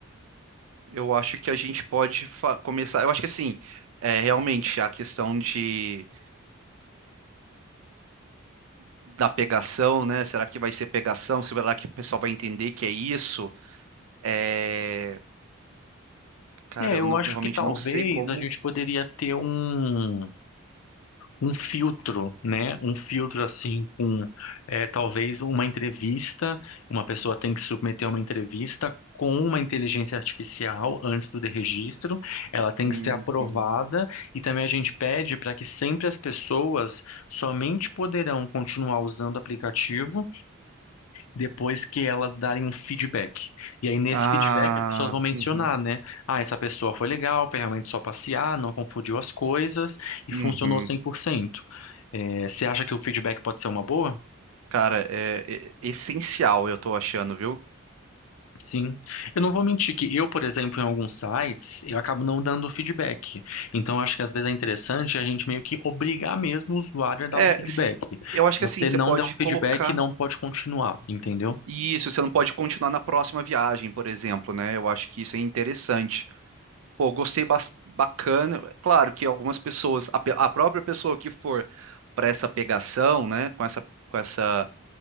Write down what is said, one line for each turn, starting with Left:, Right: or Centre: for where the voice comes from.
Right: Eu acho que a gente pode fa- começar. Eu acho que assim, é, realmente a questão de da pegação, né? Será que vai ser pegação? Será que o pessoal vai entender que é isso? É, Cara,
Left: É,
Right: eu,
Left: eu
Right: não-
Left: acho
Right: eu realmente
Left: que talvez
Right: não sei como.
Left: a gente poderia ter um, um filtro, né? Um filtro assim com é, talvez uma entrevista, uma pessoa tem que submeter uma entrevista com uma inteligência artificial antes do registro, ela tem
Right: Uhum.
Left: que ser aprovada e também a gente pede para que sempre as pessoas somente poderão continuar usando o aplicativo depois que elas darem um feedback. E aí, nesse
Right: Ah,
Left: feedback, as pessoas vão mencionar,
Right: uhum,
Left: né? Ah, essa pessoa foi legal, foi realmente só passear, não confundiu as coisas e
Right: uhum.
Left: funcionou 100%. É, você acha que o feedback pode ser uma boa?
Right: Cara, é, é- é essencial, eu tô achando, viu?
Left: Sim. Eu não vou mentir que eu, por exemplo, em alguns sites, eu acabo não dando feedback. Então, acho que às vezes é interessante a gente meio que obrigar mesmo o usuário a dar
Right: É,
Left: um feedback.
Right: s-
Left: Se
Right: eu acho
Left: você
Right: que assim, você
Left: não
Right: pode
Left: der um feedback,
Right: colocar
Left: não pode continuar, entendeu?
Right: isso, você não pode continuar na próxima viagem, por exemplo, né? Eu acho que isso é interessante. Pô, gostei bas- bacana. Claro que algumas pessoas, a, pe- a própria pessoa que for para essa pegação, né, com essa, com essa